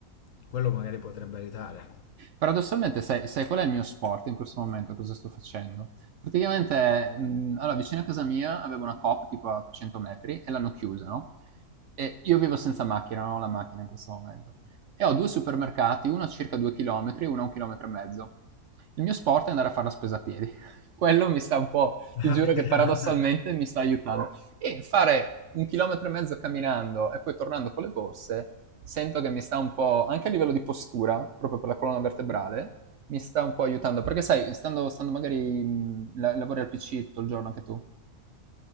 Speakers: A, on the left; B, on the right.
A: quello magari potrebbe aiutare.
B: Paradossalmente, sai, sai qual è il mio sport in questo momento? Cosa sto facendo? Praticamente, mh, allora, vicino a casa mia avevo una Coop tipo a 100 metri e l'hanno chiusa, no? E io vivo senza macchina, non ho la macchina in questo momento. E ho due supermercati, uno a circa 2 chilometri e uno a un chilometro e mezzo. Il mio sport è andare a fare la spesa a piedi. <laughs> Quello mi sta un po',
A: <laughs>
B: ti giuro che paradossalmente
A: Ok.
B: mi sta aiutando. E fare un chilometro e mezzo camminando e poi tornando con le borse sento che mi sta un po', anche a livello di postura, proprio per la colonna vertebrale, mi sta un po' aiutando. Perché sai, stando, stando magari, mh, la- lavori al PC tutto il giorno anche tu,